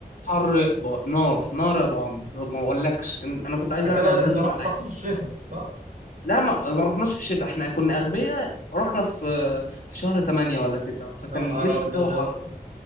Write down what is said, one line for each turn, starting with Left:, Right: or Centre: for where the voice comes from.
Left: حر ب... نار نار يا ابو عمرو ما اقولكش إن- انا كنت عايز
Right: على
Left: اقلع
Right: كده
Left: الهدوم
Right: انت رحت
Left: اللي عليا
Right: رحت في الشتاء صح؟
Left: لا ما, ما رحناش في الشتاء احنا كنا اغبياء رحنا في في شهر 8 ولا 9 فكان
Right: يا نهار
Left: لسه
Right: ابيض
Left: الجو حر
Right: يا اسطى